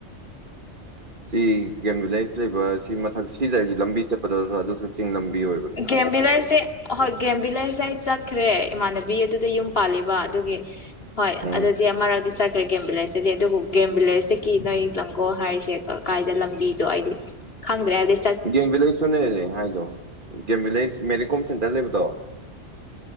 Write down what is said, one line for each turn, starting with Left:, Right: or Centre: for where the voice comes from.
Right: ꯁꯤ ꯒꯦꯝ ꯚꯤꯂꯦꯖ ꯂꯩꯕ ꯁꯤ ꯃꯊꯛ ꯁꯤꯖꯒꯤ ꯂꯝꯕꯤ ꯆꯠꯄꯗꯁꯨ ꯑꯗꯨꯁꯨ ꯆꯤꯡ ꯂꯝꯕꯤ ꯑꯣꯏꯕꯅꯤ
Left: ꯒꯦꯝ ꯚꯤꯂꯦꯖꯁꯦ ꯍꯣꯏ ꯒꯦꯝ ꯚꯤꯂꯦꯖꯁꯦ ꯑꯩ ꯆꯠꯈ꯭ꯔꯦ ꯏꯃꯥꯟꯅꯕꯤ ꯑꯗꯨꯗ ꯌꯨꯝ ꯄꯥꯜꯂꯤꯕ ꯑꯗꯨꯒꯤ ꯍꯣꯏ
Right: ꯎꯝ
Left: ꯑꯗꯨꯗꯤ ꯑꯃꯔꯛꯗꯤ ꯆꯠꯈ꯭ꯔꯦ ꯒꯦꯝ ꯕꯤꯂꯦꯖ ꯆꯠꯆꯗꯦ ꯑꯗꯨꯕꯨ ꯒꯦꯝ ꯚꯤꯂꯦꯖꯇꯒꯤ ꯅꯣꯏ ꯂꯥꯡꯒꯣꯜ ꯍꯥꯏꯔꯤꯁꯦ ꯀꯥꯏꯗ ꯂꯝꯕꯤꯗꯣ ꯑꯩꯗꯤ ꯈꯪꯗ꯭ꯔꯦ ꯍꯥꯏꯗꯤ
Right: ꯒꯦꯝ ꯕꯤꯂꯦꯖꯇꯨꯅꯦ ꯂꯩ ꯍꯥꯏꯗꯣ game village Mary Kom centre ꯂꯩꯕꯗꯣ